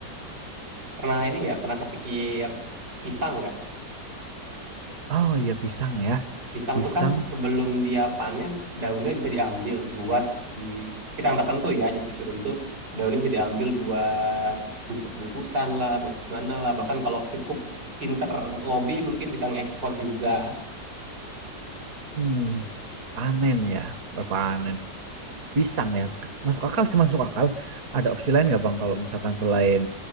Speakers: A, on the right (about 90°); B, on the right (about 55°).
A: Pernah ini nggak? Pernah kepikir pisang nggak?
B: Oh iya pisang ya,
A: Pisang
B: pisang.
A: tuh kan sebelum dia panen daunnya bisa diambil buat di pisang tertentu ya jenis tertentu daunnya bisa diambil buat bungkus-bungkusan lah buat gimana lah bahkan kalau cukup pinter lobby mungkin bisa ngekspor juga
B: hmm. Panen ya, berpanen. Pisang ya. Masuk akal sih, masuk akal. Ada opsi lain nggak Bang kalau misalkan selain